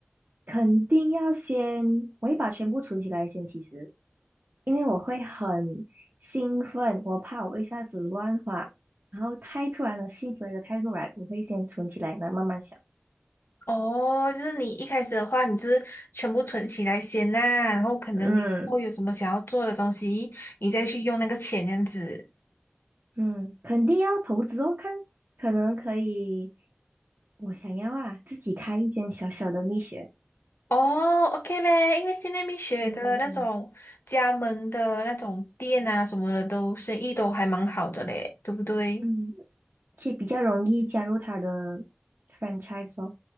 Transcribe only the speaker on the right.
肯定要先，我会把全部存起来先。其实，因为我会很兴奋，我怕我一下子乱花，然后太突然了，兴奋的太突然，我会先存起来，然后慢慢想。
嗯
嗯，肯定要投资哦，看可能可以，我想要啊，自己开一间小小的蜜雪。
嗯
嗯。且比较容易加入他的 franchise 哦。